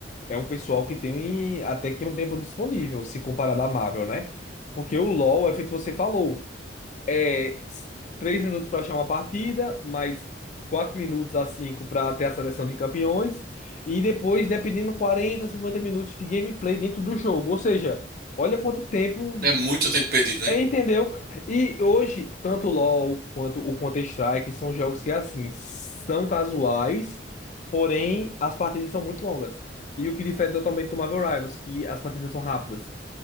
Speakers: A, on the left; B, on the right.
A: é um pessoal que tem até que um tempo disponível, se comparado à Marvel, né? Porque o LoL é feito você falou é três minutos para achar uma partida, mais quatro minutos a cinco para ter a seleção de campeões, e depois, dependendo, 40, 50 minutos de gameplay dentro do jogo. Ou seja, olha quanto tempo.
B: É muito tempo perdido, hein?
A: é, Entendeu? E hoje, tanto o LoL quanto o Counter-Strike são jogos que, assim, são casuais, porém as partidas são muito longas. E o que difere totalmente do Marvel Rivals, que as partidas são rápidas.